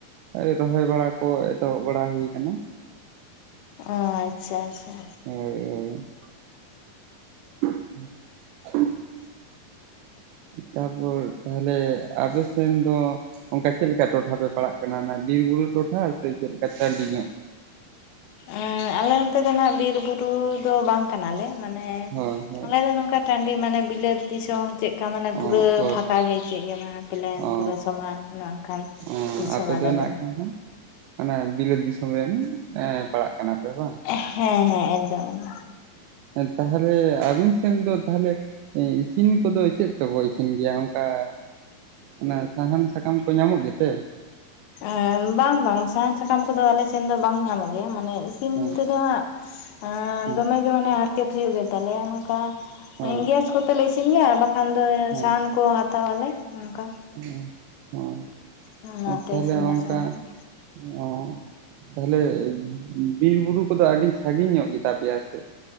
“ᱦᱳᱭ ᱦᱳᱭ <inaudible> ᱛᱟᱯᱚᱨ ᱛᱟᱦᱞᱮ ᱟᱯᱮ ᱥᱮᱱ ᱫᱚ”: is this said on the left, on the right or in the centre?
Right